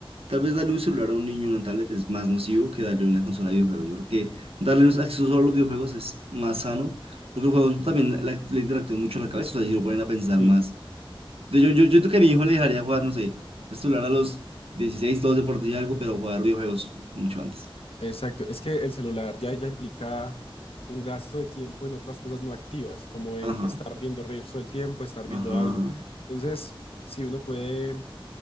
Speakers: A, on the right (about 80°); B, on the left (about 80°).
A: tal vez darle un celular a un niño, una tablet, es más nocivo que darle una consola de videojuegos. Yo creo que darle un acceso solo a los videojuegos es más sano porque los juegos también la- le interactúan mucho a la cabeza. O sea, y lo ponen a pensar
B: sí,
A: más yo, yo, yo creo que a mi hijo le dejaría jugar, no sé, el celular a los 16 12 por decir algo, pero jugar videojuegos mucho antes.
B: exacto. Es que el celular ya, ya implica un gasto de tiempo en otras cosas no activas, como en
A: Ajá,
B: estar viendo reels todo el tiempo, estar
A: ajá.
B: viendo algo.
A: ajá.
B: Entonces, si uno puede,